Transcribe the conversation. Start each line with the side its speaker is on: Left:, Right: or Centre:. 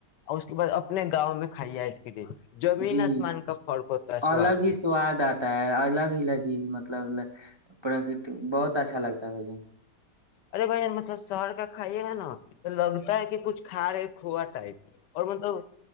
Left: اور اس کے بعد اپنے گاؤں میں کھائیے آئس کریم زمین
Right: جی
Left: آسمان کا فرق ہوتا ہے سواد
Right: الگ ہی
Left: میں
Right: سواد آتا ہے الگ ہی لذیذ مطلب پرکرتی بہت اچھا لگتا ہے ج
Left: ارے بھائی مطلب شہر کا کھائیے گا نا تو لگتا ہے کہ کچھ کھا رہے کھووا ٹائپ اور مطلب